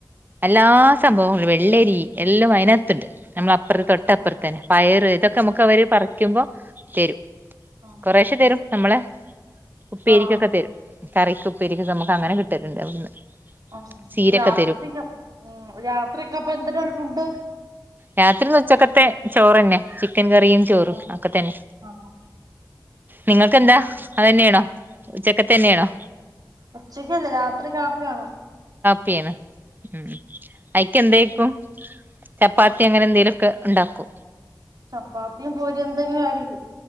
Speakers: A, on the right; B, on the right.
A: എല്ലാ സംഭവങ്ങള വെള്ളരി എല്ലാം അതിനത്ണ്ട് നമ്മളെ അ അപ്പുറത്ത് തൊട്ടപ്പുറത്ത്ത്തന്നെ
B: ആഹ്
A: പയറ് ഇതൊക്കെ നമ്മുക്ക് അവര് പറിക്കുമ്പോ തെരും
B: ആഹ്
A: കുറേശെ തരും നമ്മളെ ഉപ്പേരി
B: ആഹ്
A: ക്കോക്കെ തരും കറിക്ക് ഉപ്പരിക് നമ്മക്ക് അങ്ങനെ കിട്ടല്ണ്ട് അവിടുന്ന്.
B: ആഹ്
A: ചീരൊക്കെ
B: രാത്രിത്തിക്ക്
A: തരും
B: ഉം രാത്രിക്കെ അപ്പാ എന്തരാണ് ഫുഡ്‌?
A: രാത്രിന്ന് ഉച്ചക്കത്തെ ചോറന്നെ. ചിക്കൻ കറിയും, ചോറും
B: ആഹ്
A: ആക്ക തന്നെ.
B: ആഹ്
A: നിങ്ങക്ക്ന്താ അതെന്യായാണോ ഉച്ചക്കത്തെന്നെയാണോ?
B: ഉച്ചക്കല്ലേ രാത്രി കാപ്പിയാണ്.
A: പിന്നെ ഉം ഐക്കേന്തേക്കും ചപ്പാത്തി അങ്ങനെ എന്തേലൊക്കെ ഒണ്ടാക്കു
B: ചപ്പാത്തിയും, പൂരിയും എന്തെങ്കിലും ആയിരിക്കും.